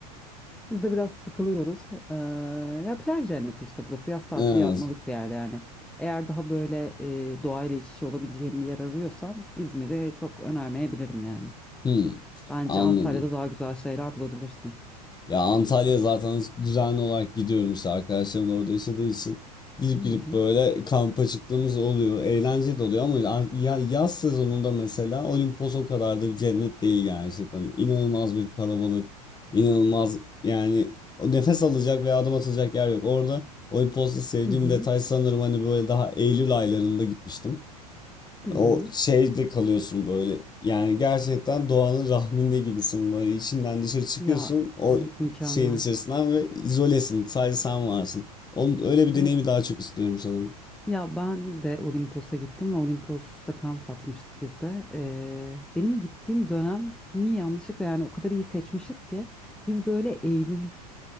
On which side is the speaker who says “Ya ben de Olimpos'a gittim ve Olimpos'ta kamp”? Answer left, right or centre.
Centre